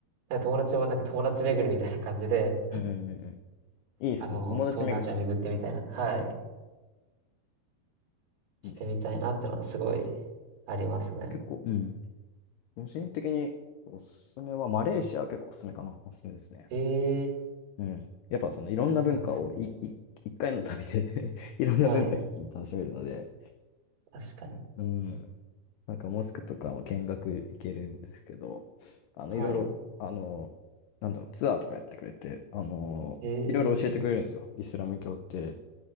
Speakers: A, on the right; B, on the left.
A: なんか友達もなんか友達巡りみたいな感じで、
B: うん、うんうんうんいいっすね。
A: あの、
B: 友達巡り、
A: 東南アジア巡ってみたいな、はい、してみたいなってのはすごい
B: いいっすね。
A: ありますね。
B: 結構、うん。個人的におすすめは、マレーシア結構おすすめかな。おすすめですね。
A: ええ
B: うん。やっぱそのいろんな文化をいい一回の旅で
A: そうなんですね。
B: <laughs> いろんな文化一気に楽しめるので、
A: はい。確かに。
B: うん。なんかモスクとかも見学行けるんですけど、あの、
A: はい。
B: いろいろ、あの、なんだろう、ツアーとかやってくれて、あの、
A: へえ。
B: いろいろ教えてくれるんですよ。イスラム教って、